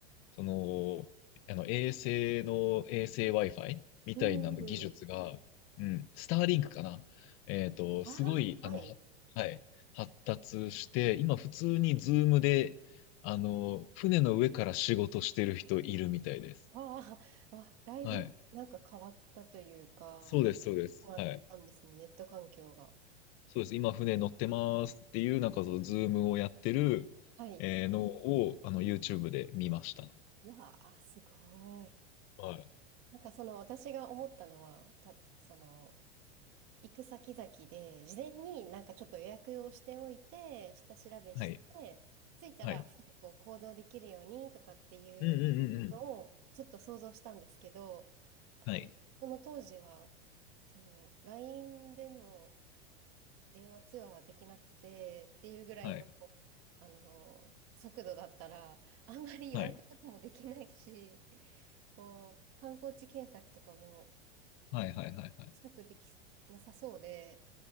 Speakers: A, on the left; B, on the right.
A: その、あの衛星の衛星 Wi-Fi みたいな技術が、
B: うん。
A: うん、スターリンクかな。えっと、
B: ああ、
A: すごい、あの、
B: はい。
A: ははい、発達して、今普通にズームで、あの、船の上から仕事してる人いるみたいです。
B: ああ、わだいぶなんか変わったというか、
A: はい。そうです、そうです。
B: あったんですね、
A: はい。
B: ネット環境が。
A: そうです。今船乗ってますっていう、なんかそのズームをやってる、
B: はい。
A: えーのを、あの、YouTube で見ました。
B: わあ、すごい。
A: はい。
B: なんかその私が思ったのは、た、その、行く先々で、事前になんかちょっと予約をしておいて、下調べして、
A: はい。
B: 着いたらすぐこう行動できるようにとかっていうのをちょっと想像したんですけど、
A: はい。うんうんうんうん。
B: あの、
A: はい。
B: その当時は、その LINE での電話通話はできなくてっていうぐらいの、
A: はい。
B: あの、速度だったら、あんまり予約とかもできないし、
A: はい。
B: こう、観光地検索とかも
A: はいはいはいはい。
B: したくできなさそうで、